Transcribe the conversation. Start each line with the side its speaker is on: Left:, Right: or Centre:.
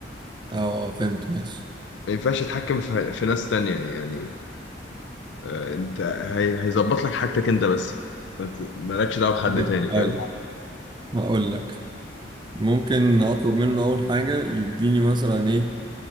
Right: اه فهمت ماشي
Left: ما ينفعش تتحكم في... في ناس تانية يعني آه، انت هي... هيظبط لك حاجتك انت بس ما ت- مالكش دعوة بحد
Right: جميل.
Left: تاني
Right: هقول
Left: فاهم؟
Right: لك هقول لك ممكن اطلب منه اول حاجه يديني مثلا ايه